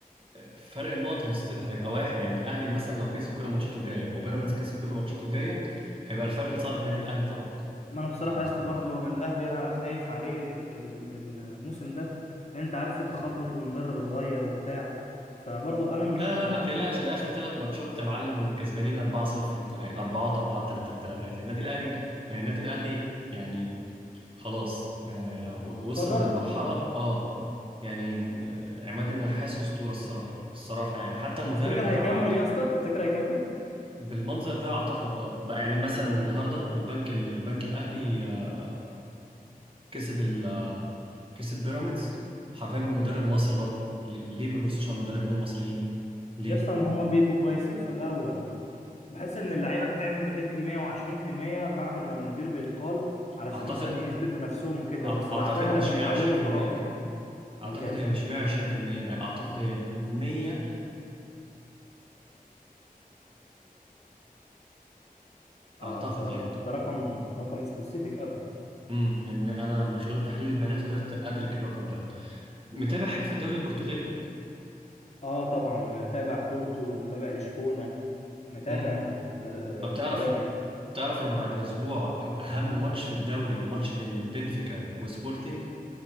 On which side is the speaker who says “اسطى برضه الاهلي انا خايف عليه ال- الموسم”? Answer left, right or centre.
Left